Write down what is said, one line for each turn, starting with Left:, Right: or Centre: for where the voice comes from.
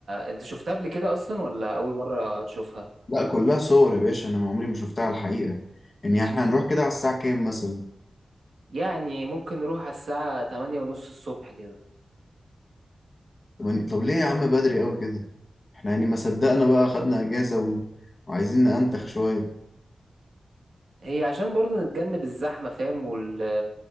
Right: انت شفتها قبل كده أصلا ولا أول مرة تشوفها؟
Left: لا كلها صور يا باشا انا عمري ما شفتها على الحقيقه يعني احنا هنروح كده على الساعه كام مثلا
Right: يعني ممكن نروح على الساعة تمانية ونص الصبح كده
Left: طب طب ليه يا عم بدري قوي كده احنا يعني ما صدقنا بقى خدنا اجازه و... وعايزين ننتخ شويه
Right: هي عشان برضو نتجنب الزحمة فاهم وال